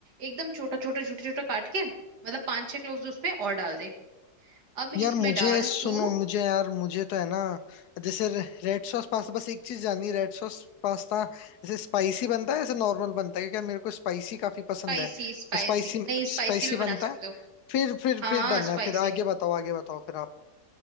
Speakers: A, on the right; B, on the left.
A: एकदम छोटा छोटा छोटा छोटा काट के मतलब पांच छह क्लोव्स उसमें और डाल दे अब इसमें
B: यार मुझे
A: डाल
B: सुनो
A: तू
B: मुझे यार मुझे तो है ना जैसे रेड सॉस पास्ता बस एक चीज जाननी रेड सॉस पास्ता जैसे स्पाइसी बनता है जैसे नॉर्मल बनता है क्योंकि यार मेरे को स्पाइसी काफी पसंद
A: स्पाइसी
B: है
A: स्पाइसी
B: तो स्पाइसी
A: नहीं स्पाइसी
B: स्पाइसी
A: भी बना
B: बनता
A: सकते
B: है
A: हो
B: फिर फिर
A: हाँ
B: फिर डन
A: स्पाइसी
B: है फिर आगे बताओ आगे बताओ फिर आप